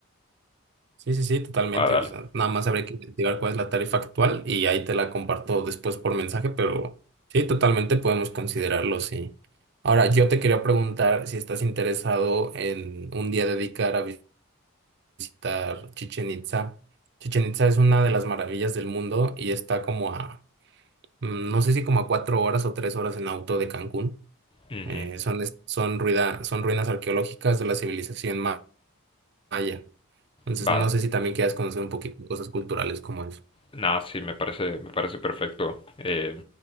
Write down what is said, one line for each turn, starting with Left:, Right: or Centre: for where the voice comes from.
Right: Sí, sí, sí, totalmente.
Left: Va, dale.
Right: O sea, nada más habría que investigar cuál es la tarifa actual y ahí te la comparto después por mensaje, pero sí, totalmente podemos considerarlo, sí. Ahora, yo te quería preguntar si estás interesado en un día dedicar a visitar Chichen Itza. Chichen Itza es una de las maravillas del mundo y está como a, mm, no sé si como a cuatro horas o tres horas en auto de Cancún.
Left: Ujú.
Right: Eh, son, es- son, ruida- son ruinas arqueológicas de la civilización maya allá. Entonces,
Left: Va,
Right: no sé si también quieras conocer un poquito de cosas culturales como eso.
Left: Nah, sí, me parece, me parece perfecto. Eh,